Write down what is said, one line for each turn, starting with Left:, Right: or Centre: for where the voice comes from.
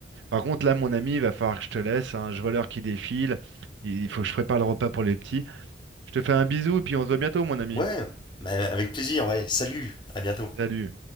Right: Par contre, là, mon ami, il va falloir que je te laisse. hein. Je vois l'heure qui défile. Il il faut que je prépare le repas pour les petits. Je te fais un bisou et puis on se voit bientôt, mon ami.
Left: Ouais, mais avec plaisir, ouais. Salut, à bientôt.
Right: Salut.